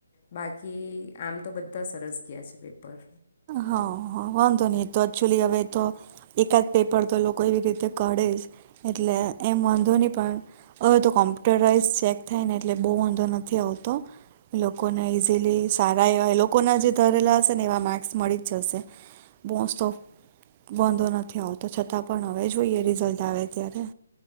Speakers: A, on the left; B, on the right.
A: બાકી આમ તો બધા સરસ ગયા છે પેપર.
B: હા હા, વાંધો ની તો એક્ચુલી હવે તો એકાદ પેપર તો લોકો એવી રીતે કાઢે જ એટલે એમ વાંધો નહી પણ હવે તો કોમ્પ્યુટરાઈઝ ચેક થાય ને એટલે બહુ વાંધો નથી આવતો. લોકોને ઈઝીલી સારા એવા એ લોકોના જે ધરેલા હશે ને એવા માર્ક્સ મળી જ જશે. મોસ્ટ ઓફ વાંધો નથી આવતો, છતાં પણ હવે જોઈએ રિઝલ્ટ આવે ત્યારે.